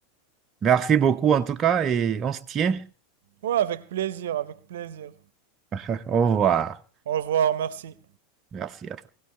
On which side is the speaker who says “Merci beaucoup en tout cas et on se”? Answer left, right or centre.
Right